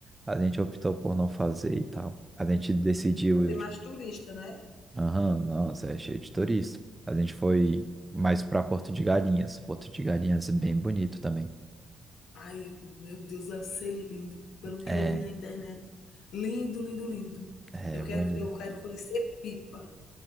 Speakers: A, on the right (about 15°); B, on the left (about 75°).
A: a gente optou por não fazer e tal. A gente decidiu
B: só tem mais turista, né.
A: Aham, nossa, é cheio de turista. A gente foi mais pra Porto de Galinhas. Porto de Galinhas é bem bonito também.
B: Ai, meu Deus, deve ser lindo, pelo que
A: É,
B: eu vi na internet. Lindo, lindo, lindo.
A: é
B: Eu quero
A: bonito.
B: eu quero conhecer Pipa.